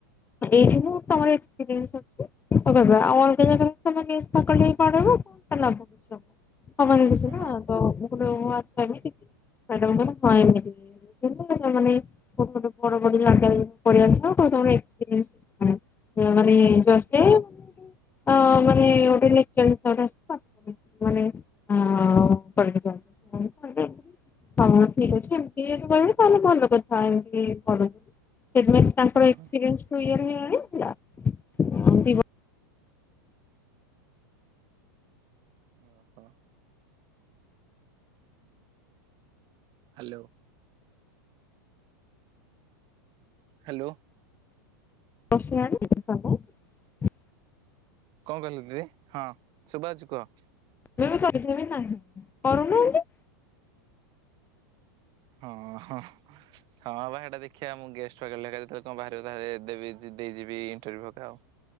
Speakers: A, on the left (about 20°); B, on the right (about 45°).
A: ଏଇଠି ମୁଁ ତମର <unintelligible> ଅ ଆଉ ଅଲଗା ଜାଗରେ ତମେ ଗେଷ୍ଟ ଫାକଲ୍ଟି କଣ ରହିବ କଣ ଟା ଲାଭ କିଛି ହବ। ହବନି କିଛି
B: ହଁ
A: ନା ତ ମୁଁ କହୁ ଓ ହୋ ଆଚ୍ଛା ଏମିତି କି ମ୍ୟାଡ଼ାମ ଙ୍କ ର କୁହା ହେଇନି <inaudible> ମୁଁ କହିଲି ମାନେ <inaudible> ପଢ଼ି ଆସିବ ପୁଣି ତମର ଏକ୍ସ୍ପେରିଏନ୍ସ କିଛି ନାହିଁ ତ ମାନେ ଗୋଟେ ଲେକ୍ଚର୍ ଶିପ ଟା ଗୋଟେ ଆସିକି ପାଠ ମାନେ ଅ ପଢେଇକି ଯାଆନ୍ତି। <unintelligible> ହଉ ଠିକ ଅଛି ଏମିତି କହିବ ତାହଲେ ଭଲ କଥା ଏମତି ପଢ଼ିଲେ। ସେଥିପାଇଁ
B: ହଁ।
A: ତାଙ୍କର ଏକ୍ସ୍ପେରିଏନ୍ସ କୁ ଇଏ ରେ କରିଥିଲ ଅ ଏମତି ଗୋ
B: ଓହୋ। ହାଲୋ। ହାଲୋ।
A: ରସି ଆଣି। <inaudible>
B: କଣ କହିଲ ଦିଦି ହଁ ଶୁଭା ହଉଚି କୁହ।
A: ମୁଁ ବି କରିଥିମି ବି ନାହି କରୁନାହାନ୍ତି।
B: ହଁ ହଁ ହଁ ବା ଏ ଦେଖିବା ମୁଁ ଗେଷ୍ଟ ଫାକଲ୍ଟି ଏକା ଯେତେବେଳେ କଣ ବାହାରିବ ଦେବି ଏ ଦେଇଯିବି। ବି ଇଣ୍ଟରଭି୍ୟୁ ହରିକା ଆଉ।